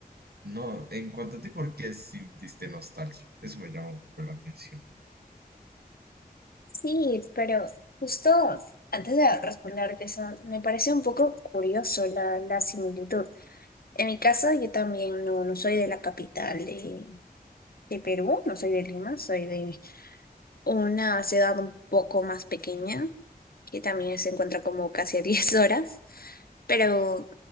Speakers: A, on the right; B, on the left.
A: No, en cuanto a ti, ¿por qué sintiste nostalgia? Eso me llama un poco la atención.
B: sí, pero justo antes de responderte eso, me parece un poco curioso la, la similitud. En mi caso, yo también no, no soy de la capital de, de Perú, no soy de Lima, soy de una ciudad un poco más pequeña, que también se encuentra como casi a <laughs> 10 horas. Pero